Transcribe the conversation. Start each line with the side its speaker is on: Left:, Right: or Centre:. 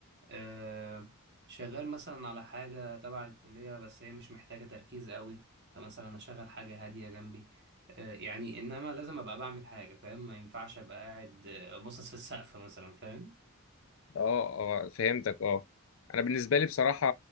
Right: آه، شغال مثلا على حاجة تبع الكلية بس هي مش محتاجة تركيز قوي فمثلا أشغل حاجة هادية جنبي آه، يعني إنما لازم أبقى بعمل حاجة فاهم ما ينفعش أبقى قاعد آه، باصص في السقف مثلا فاهم
Left: اه اه فهمتك اه انا بالنسبه لي بصراحه